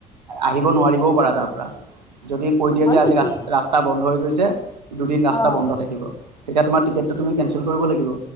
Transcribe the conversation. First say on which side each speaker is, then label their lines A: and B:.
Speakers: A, on the right; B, on the left.
A: আহিব নোৱাৰিবও পাৰা তাৰ পৰা যদি কৈ দিয়ে
B: হয়
A: যে আজি
B: নেকি
A: ৰা ৰাস্তা বন্ধ হৈ গৈছে দুদিন ৰাস্তা
B: অ
A: বন্ধ থাকিব তেতিয়া তোমাৰ টিকেটো তুমি কেনঞ্চেল কৰিব লাগিব